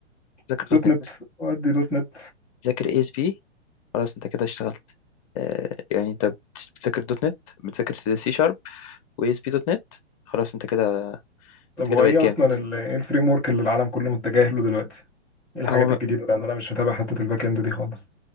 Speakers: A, in the centre; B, on the left (about 30°).
A: <laughs>
B: ذاكر دوت
A: دوت
B: نت
A: نت ودي دوت نت
B: ذاكر اي اس بي خلاص انت كده اشتغلت آه، يعني انت بت- بتذاكر دوت نت بتذاكر سي شارب واس بي دوت نت خلاص انت كده
A: طب
B: انت
A: هو
B: كده بقيت
A: ايه
B: جامد
A: اصلا ال- ايه الفريم ورك اللي العالم كله متجه له دلوقتي ايه الحاجات
B: هو ما
A: الجديده لان انا مش متابع حته الباك اند دي خالص